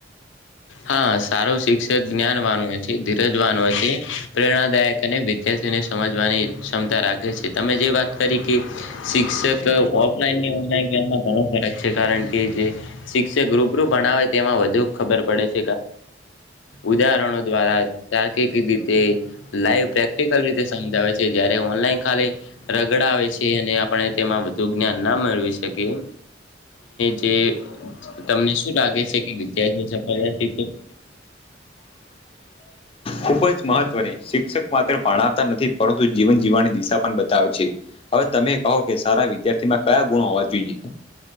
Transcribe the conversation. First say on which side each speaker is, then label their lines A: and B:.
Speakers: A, on the left; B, on the left.
A: હા. સારું શિક્ષક જ્ઞાન વાન છે ધીરજ વાન છે પ્રેરણાદાયક અને વિદ્યાર્થીને સમજવાની ક્ષમતા રાખે છે તમે જે વાત કરી. કે શિક્ષક ઓફલાઈનની ઓનલાઈન ગેમમાં ઘણો ફરક છે કારણ કે કે જે શિક્ષક રૂબરૂ ભણાવે તે એમાં વધુ ખબર પડે છે ઉદાહરણો દ્વારા રી લ પ્રેક્ટિકલ રીતે સમજાવે છે જ્યારે ઓનાલી રગડ આવે છે અને આપ તે વધુ જ્ઞાન ના મેળવી શકી જે તમને શું લાગે છે કે વિાર્
B: ખુબ જ મહત્વની શિક્ષક માત્ર પાણતા નથી પરંતુ જીવન જીવન દિશા પણ બતાવે છે હવે તમે કહો કે સારા વિદ્યાર્થીમાં કયા ગુણો હોવા જોઈએ